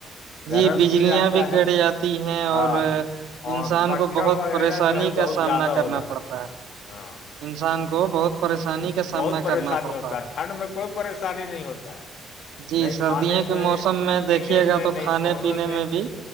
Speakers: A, on the left; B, on the right.
A: گرم
B: جی بجلیاں
A: رہتا
B: بھی
A: ہے
B: کٹ جاتی ہیں اور
A: ہاں
B: انسان
A: اور مچھر
B: کو بہت
A: وغیرہ
B: پریشانی
A: جو ہے بہت
B: کا سامنا
A: زیادہ
B: کرنا
A: ہو جاتے
B: پڑتا
A: ہیں
B: ہے
A: ہاں
B: انسان کو بہت پریشانی کا سامنا
A: بہت پریشانی
B: کرنا پڑتا
A: ہوتا ہے ٹھنڈ میں کوئی پریشانی نہیں ہوتا ہے
B: جی
A: نہیں
B: سردیوں
A: کھانے
B: کے
A: میں
B: موسم
A: نہیں
B: میں
A: پینے
B: دیکھیے
A: میں
B: گا تو
A: نہیں
B: کھانا
A: سونے
B: کھانے پینے میں بھی